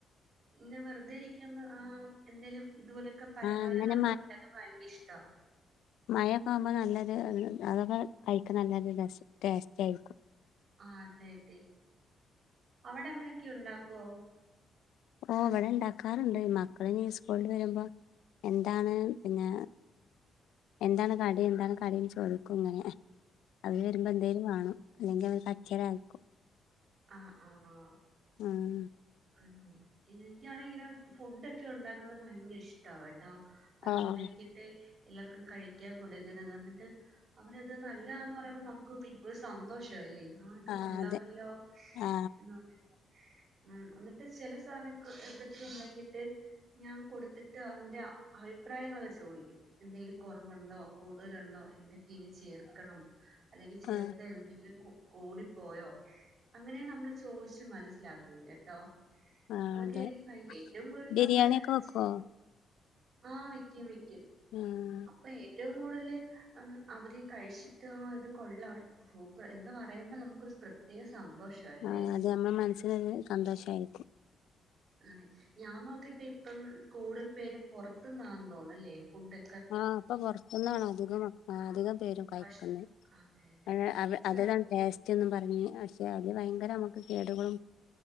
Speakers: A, on the right; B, on the left.
A: ഇങ്ങനെ വെർതെ ഇരിക്കുന്ന ആ എന്തേലും ഇതുപോലക്കെ പലഹാരങ്ങളൊക്ക
B: ആഹ് അങ്ങനെ
A: ഉണ്ടാക്കാൻ ഭയങ്കര ഇഷ്ടമാ
B: മഴ ഒക്ക ആവുമ്പ നല്ലൊരു, അതൊക്കെ കഴിക്ക നല്ലൊരു രസ ടേസ്റ്റായിരിക്കും
A: ആ അതെ അതെ അവടെ അങ്ങനെയൊക്കെയുണ്ടാക്കൊ
B: ഓ ഇവിടെയുണ്ടാക്കാറുണ്ട് മക്കളി സ്കൂളിൽ നിന്നു വരുമ്പോ എന്താണ് പിന്നെ എന്താണുകാര്യം, എന്താണുകാര്യം എന്നു ചോദിക്കുമിങ്ങനെ അവരുവരുമ്പോ എന്തേലും കാണും അല്ലെങ്കിൽ അവരു കരച്ചിലായിരിക്കും
A: ആഹ് ആഹ് ആഹ്
B: ആഹ്
A: ഉം എനിക്കാണേലിങ്ങനെ ഫുഡൊക്കെയുണ്ടാക്കുന്നതു ഭയങ്കരയിഷ്ടമാ കേട്ടോ അതുണ്ടാക്കിയിട്ട്
B: ആഹ്
A: എല്ലാ വർക്കും കഴിക്കാൻ കൊടുക്കുന്നതെന്നിട്ട് അവരതുനല്ലാന്ന് പറയുമ്പോ നമുക്കിപ്പോ ഒരു സന്തോഷ വാല്ലേ ആഹ് ഇത്
B: ആ
A: കൊള്ളാവല്ലോ
B: അതെ ആ
A: എന്ന് പറ ഉംഎന്നിട്ട് ചില സാധനംഎന്തൊക്ക യോ ഉണ്ടാക്കിയിട്ട് ഞാൻ കൊടുത്തിട്ട് അതിന്റെ അഭിപ്രായങ്ങളൊക്കെ ചോദിക്കും എന്തേലും കുറവുണ്ടോ കൂടുതലുണ്ടോ എന്തൊക്കെയിനി ചേർക്കണം അല്ലെങ്കി ചേർത്തതെന്തെങ്കിലും
B: ആ
A: കൂകൂടിപ്പോയോ അങ്ങനെ നമ്മളു ചോയിച്ചു മനസ്സിലാക്കും കേട്ടോ
B: ആ
A: അതൊക്കെയെനിക്കു
B: അതെ
A: ഭയങ്ക ഏറ്റവും കൂടുതൽ
B: ബിരിയാണിയൊക്കെ
A: നമ്മളു
B: വെക്കുവോ
A: ചെയ് ആഹ്‌ വയ്ക്കും വയ്ക്കും
B: ആഹ്
A: അപ്പ ഏറ്റവും കൂടുതലുഅവരു കഴിച്ചിട്ട് ആഹ് ഇതു കൊള്ളാം സൂപ്പർ എന്നുപറയുമ്പോ നമുക്കൊരു പ്രത്യേക സന്തോഷം അല്ലേ
B: ആഹ് അത് നമ്മളെ മനസ്സിനൊരു സന്തോഷായിരിക്കും
A: അതെ ഞാൻ നോക്കിയിട്ടിപ്പം കൂടുതലും പേരും പുറത്തുന്നാന്നു തോന്നുന്നല്ലേ ഫുഡ്
B: ആഹ് ഇപ്പൊ പുറത്തു നിന്നാണധികം അധികം പേരും കഴിക്കുന്നേ
A: ഭക്ഷ അതെ അതെ
B: അ അത്
A: ച്ച
B: അതെല്ലാംടേസ്റ്റ് ന്നും പറഞ്ഞു പക്ഷേ യതുഭയങ്കര നമുക്ക് കേടുകളും